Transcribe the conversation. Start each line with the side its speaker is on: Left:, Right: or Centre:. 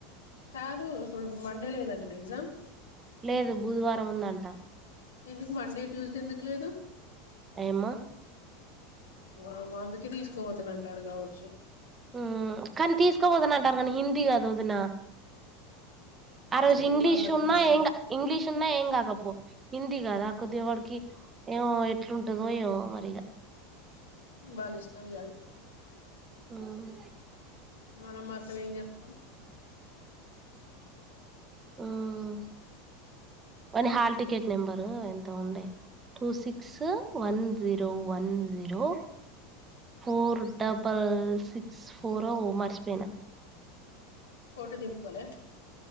Left: కాదు ఇప్పుడు మండే లేదంటంనా ఎగ్జామ్
Right: లేదు బుధవారం ఉందంట
Left: ఎందుకు మండే ట్యూస్డే ఎందుకు లేదు
Right: ఏమో
Left: ఓరమ్మ అందుకే తీసుకోపోత అంటారు కావచ్చు
Right: ఉమ్ కానీ తీసుకోపోదని అంటారు కానీ హిందీ కదా వదిన ఆ రోజు
Left: ఏం
Right: ఇంగ్లీష్
Left: వాళ్ళకు
Right: ఉన్నా
Left: ఉండాలే
Right: ఇంగ్లీష్ ఉన్నా ఏంగ్ క కపో హిందీ కాదా కొద్ది వాడికి ఏమో ఎట్లుంటదోయమో మరిగా
Left: వల్ల ఇష్టం కాదు
Right: ఉమ్
Left: మనం మాత్రం ఎం చెప్తాం
Right: ఉమ్ వాని హాల్టికెట్ నెంబరు ఎంత ఉండే two six one zero one zero four double six four ఓ మర్చిపోయినా
Left: ఫోటో దింపుకోలే